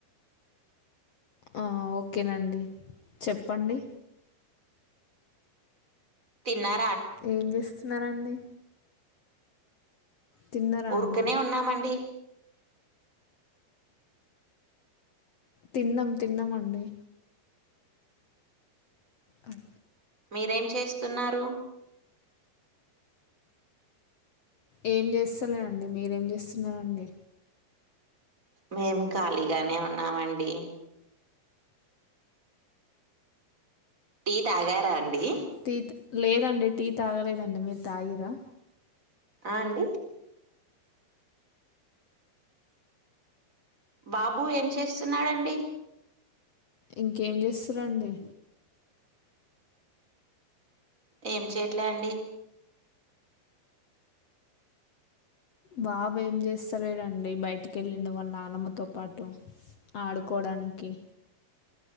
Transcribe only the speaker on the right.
తిన్నా
ఊరికనే
ఉన్నామండి
మీరేం చేస్తున్నారు
మేం ఖాళీగానే ఉన్నామండి టీ తాగారా అండి
ఆ అండి బాబు ఏం చేస్తున్నారు అండి
ఏం చేయట్లే అండి